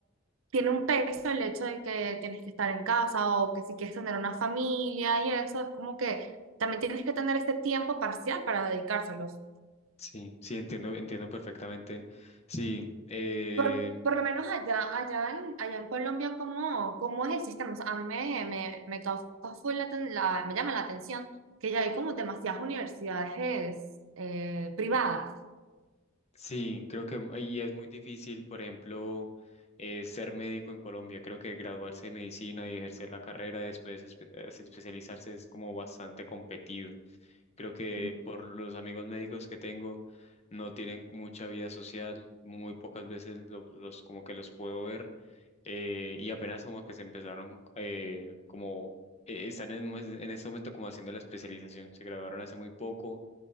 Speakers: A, on the right; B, on the left.
A: tiene un peso el hecho de que tienes que estar en casa o que si quieres tener una familia y eso, es como que también tienes que tener este tiempo parcial para dedicárselos.
B: Sí, sí, entiendo, entiendo perfectamente. Sí, eh,
A: Por, por lo menos allá, allá, en, allá en Colombia, ¿cómo, cómo es el sistema? O sea, a mí me, me, me causa full la, aten- la- me llama la atención que ya hay como demasiadas universidades eh, privadas.
B: Sí, creo que y es muy difícil, por ejemplo, eh, ser médico en Colombia. Creo que graduarse de medicina y ejercer la carrera después espe- eh, especializarse es como bastante competido. Creo que
A: Mm,
B: por los amigos médicos que tengo no tienen mucha vida social, muy pocas veces lo- los como que los puedo ver eh, y apenas como que se empezaron eh, como eh, están en, pues, en este momento como haciendo la especialización. Se graduaron hace muy poco,